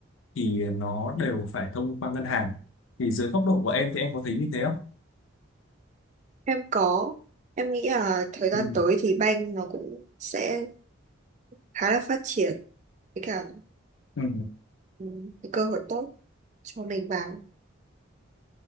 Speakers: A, on the left; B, on the right.
A: thì nó đều phải thông qua ngân hàng. Thì dưới góc độ của em thì em có thấy như thế không?
B: em có em nghĩ là thời gian
A: Ừ.
B: tới thì banh nó cũng sẽ khá là phát triển với cả
A: Ừ.
B: ừ, cái cơ hội tốt cho mình vào